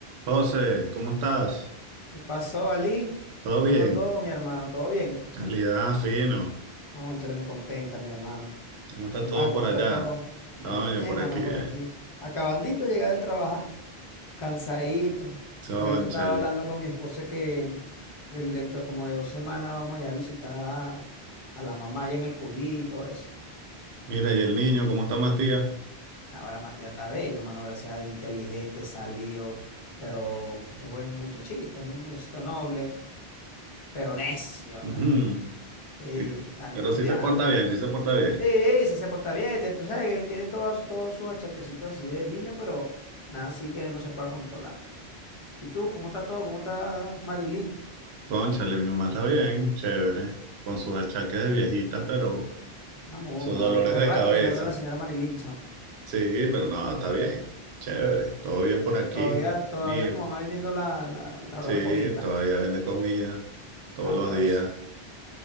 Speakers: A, on the right; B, on the left.
A: José, ¿cómo estás?
B: ¿Qué pasó, Ali?
A: ¿Todo
B: ¿Cómo
A: bien?
B: está todo, mi hermano? ¿Todo bien?
A: Calidad, fino.
B: Cónchale, me contenta, mi hermano.
A: ¿Cómo está
B: ¿Qué
A: todo
B: más? ¿Cómo
A: por allá?
B: está todo?
A: No,
B: Todo bien,
A: yo por
B: mano
A: aquí.
B: por
A: ay,
B: aquí. Acabandito de llegar del trabajar, cansadito.
A: Chónchale.
B: Ahorita estaba hablando con mi esposa que, que el- dentro de como de dos semanas vamos a ir a visitar a, a la mamá allá en el Cují y todo eso.
A: Mira, ¿y el niño? ¿Cómo está Matías?
B: Ahora Matías está bello, mano gracias a Dios, inteligente, salido, pero es buen muchachito, es un muchachito noble, pero necio.
A: <laughs> Ujú.
B: <laughs> Sí,
A: Y-
B: está
A: Pero
B: estudiando.
A: sí se porta bien, sí se porta bien.
B: Sí, sí se porta bien, tiene- tú sabes que tiene todas todos sus achaquecitos así de niño, pero nada, así que no se pueda controlar. ¿Y tú, cómo está todo? ¿Cómo está Marilyn?
A: Cónchale, mi mamá está bien, chévere. Con sus achaques de viejita, pero
B: Vamos,
A: sus
B: no,
A: dolores
B: yo tengo
A: de
B: rato
A: cabeza.
B: que no veo a la señora Marilyn, chao.
A: Sí, pero no, está bien. Chévere, todo bien por aquí.
B: Todavía, todavía
A: Mira,
B: tu mamá vendiendo la, la, la broma
A: sí,
B: de comidita.
A: todavía vende comida todos
B: Sabroso.
A: los días.